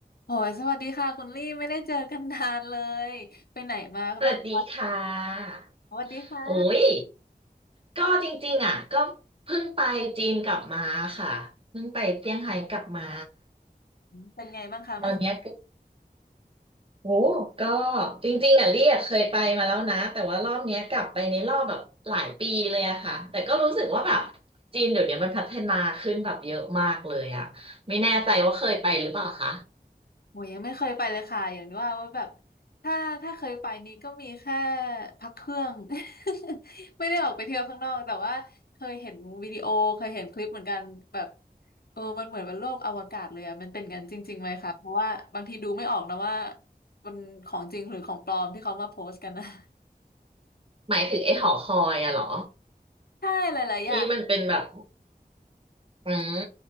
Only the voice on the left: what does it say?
โหยสวัสดีค่ะคุณลี่ไม่ได้เจอกันนานเลยไปไหนมาบ้างคะ
สวัสดีค่ะ
เป็นไงบ้างคะไม่เคย
โหยยังไม่เคยไปเลยค่ะอย่างที่ว่าว่าแบบถ้าถ้าเคยไปนี้ก็มีแค่พักเครื่อง <laughs> ไม่ได้ออกไปเที่ยวข้างนอกแต่ว่าเคยเห็นวิดีโอเคยเห็นคลิปเหมือนกันแบบเออมันเหมือนเป็นโลกอวกาศเลยอะมันเป็นกันจริงๆไหมคะเพราะว่าบางทีดูไม่ออกนะว่ามันของจริงหรือของปลอมที่เขามาโพสต์กันนะ <laughs>
ใช่หลายๆอย่าง